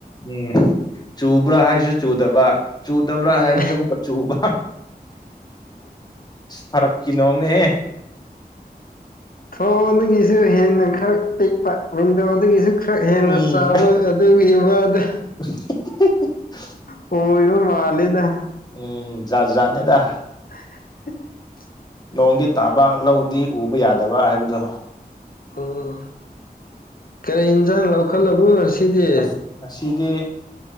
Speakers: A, on the left; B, on the left.
A: ꯎꯝ ꯆꯨꯕ꯭ꯔꯥ ꯍꯥꯏꯕꯁꯨ ꯆꯨꯗꯕ ꯆꯨꯗꯕ꯭ꯔꯥ
B: ꯎꯝ
A: ꯍꯥꯏꯕꯁꯨ ꯑꯃꯨꯛꯀ ꯆꯨꯕ ꯐꯔꯛꯀꯤ ꯅꯣꯅꯦꯍ
B: ꯊꯣꯡꯗꯒꯤꯁꯨ ꯍꯦꯟꯅ ꯈꯔ ꯄꯤꯛꯄ ꯋꯤꯟꯗꯣꯗꯒꯤꯁꯨ ꯈꯔ ꯍꯦꯟꯅ
A: ꯎꯝ
B: ꯆꯥꯎꯥꯕꯣꯏ ꯑꯗꯨꯒꯤ ꯋꯥꯗ
A: <inaudible>
B: ꯄꯕ ꯃꯥꯂꯦꯗ
A: ꯎꯝ ꯥꯖꯥꯅꯦꯦꯗ
B: <unintelligible>
A: ꯅꯣꯡꯗꯤ ꯇꯥꯕ ꯂꯧꯗꯤ ꯎꯕ ꯌꯥꯗꯕ ꯍꯥꯏꯕꯗꯣ
B: ꯑꯣ ꯀꯔꯤ ꯏꯟꯁꯥꯡ ꯂꯧꯈꯠꯂꯕꯣ ꯉꯁꯤꯗꯤ
A: ꯑꯁ ꯉꯁꯤꯗꯤ